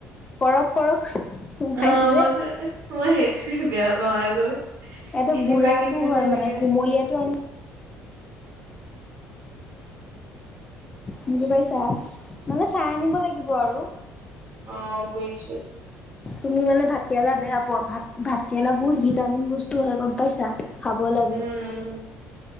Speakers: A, on the left; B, on the right.
A: কৰক কৰক চোমাই
B: অ',
A: যে
B: মইতো মই সেইটোয়ে বেয়া পাওঁ আৰু
A: এইটো
B: এনে
A: বুঢ়াতটো
B: বাকী ভালে
A: হয়
B: লাগে।
A: মানে কুমলীয়াটো এনে বুজি পাইছা মানে চাই আনিব লাগিব আৰু
B: অ বুজছো
A: তুমি মানে ভাতকেৰেলা বেয়া পোৱা ভাত ভাতকেৰেলা বহুত ভিটামিন বস্তু হয় গম পাইছা খাব লাগে
B: উম